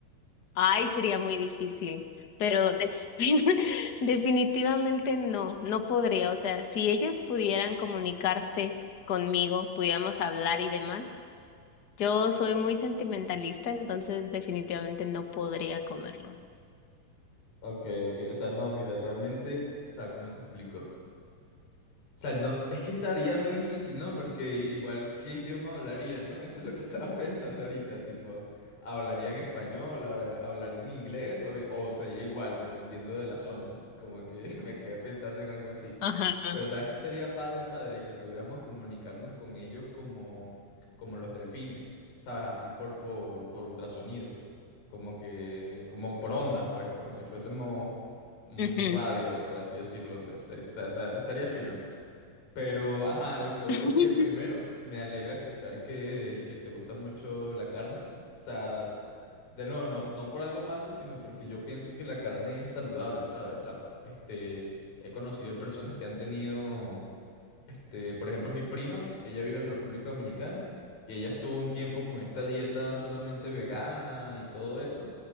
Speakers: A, on the left (about 50°); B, on the left (about 70°).
A: ay, sería muy difícil, pero de- <laughs> definitivamente no, no podría. O sea, si ellos pudieran comunicarse conmigo, pudiéramos hablar y demás. Yo soy muy sentimentalista, entonces definitivamente no podría comerlos.
B: Ok, ok, o sea, no, mira, realmente, o sea, ¿cómo te explico? O sea, no, es que estaría muy difícil, ¿no? Porque igual, ¿qué idioma hablarían, no? Eso es lo que <laughs> estaba pensando ahorita, tipo, ¿hablarían español, habla- hablarían inglés o, o sería igual, dependiendo de la zona? Como que <laughs> me quedé pensando en algo así.
A: Ajá.
B: Pero ¿sabes qué estaría padre, padre? Que pudiéramos comunicarnos con ellos como, como los delfines, ¿sabes? Así por, por, por ultrasonido, como que, como por ondas, pues, como si fuésemos un
A: ujú.
B: radio, por así decirlo. pues, estaría- o sea, esta- estaría fino. Pero, ajá, lo que voy
A: <laughs>
B: es que primero me alegra escuchar que, que te gusta mucho la carne. O sea, de nuevo, no, no por algo malo, sino porque yo pienso que la carne es saludable, ¿sabes? La, este, he conocido personas que han tenido, este, por ejemplo, mi prima, ella vive en República Dominicana y ella estuvo un tiempo con esta dieta solamente vegana y todo eso,